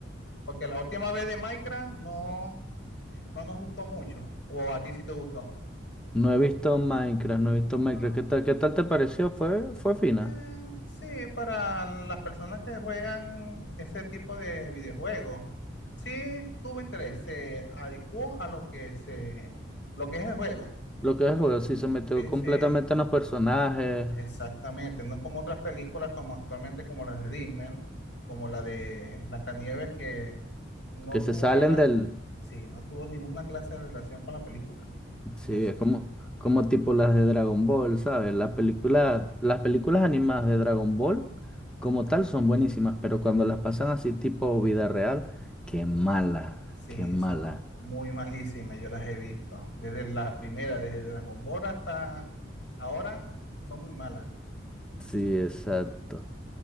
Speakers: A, on the left; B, in the centre.
A: Porque la última vez de Minecraft no, no nos gustó mucho, o a ti sí te gustó.
B: No he visto Minecraft, no he visto Minecraft.
A: Ah,
B: ¿Qué tal, qué tal te pareció? Fue, fue fina.
A: eh, sí, para las personas que juegan ese tipo de videojuegos, sí tuvo interés, se adecuó a lo que, se, lo que es el juego.
B: Lo que es el juego, sí, se metió
A: Sí,
B: completamente
A: sí.
B: en los personajes
A: Exactamente, no es como otras películas como actualmente como las de Disney, como la de Blancanieves que no
B: que se
A: tuvo
B: salen
A: rela,
B: del...
A: sí, no tuvo ninguna clase de relación con la película.
B: Sí,
A: Y es,
B: es como, como tipo las de Dragon Ball, ¿sabes? Las películas, las películas animadas de Dragon Ball como tal son buenísimas, pero cuando las pasan así tipo vida real, qué mala,
A: sí,
B: qué mala.
A: son muy malísimas, yo las he visto. Desde la primera, desde Dragon Ball hasta ahora, son muy malas.
B: Sí, exacto.